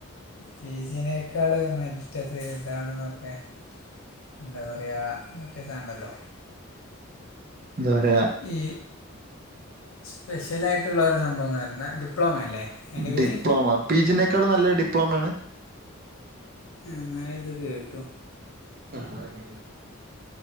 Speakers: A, on the left; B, on the right.
A: ചീജിനേക്കാള് മറ്റേ സൈഡാനൊക്കെ എന്താ പറയുക മറ്റേ സാധനം ഏണ്ടല്ലോ
B: എന്താ പറയ
A: ഈ സ്പെഷ്യലായിട്ടുള്ള ഒരു സംഭവങ്ങൾ <unintelligible> ഡിപ്ലോമ അല്ലേ? അതിൻ്റെ പേര്
B: ഡിപ്ലോമ പി ജിനേക്കാളും നല്ല ഡിപ്ലോമയണ്
A: മ്മ് ഇന്നലെ ഇത് കേട്ടു.
B: <unintelligible>